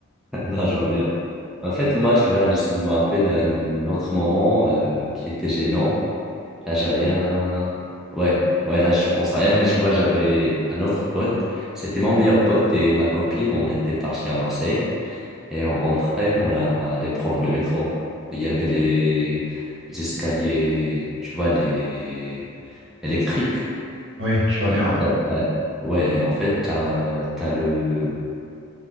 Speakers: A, in the centre; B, on the right.
A: Non, je vois bien. En fait, moi, tu vois, là, j'essaie de me rappeler d'un autre moment euh, qui était gênant. Là, j'ai rien. Ouais, ouais, là, je pense à rien, mais tu vois, j'avais un autre pote. C'était mon meilleur pote et ma copine. On était partis à Marseille et on rentrait, on a- allait prendre le métro. Il y avait les, les escaliers, tu vois, les électriques.
B: Oui, je vois
A: Et-
B: bien, ouais.
A: Ouais, Ouais, en fait, t'as, t'as le,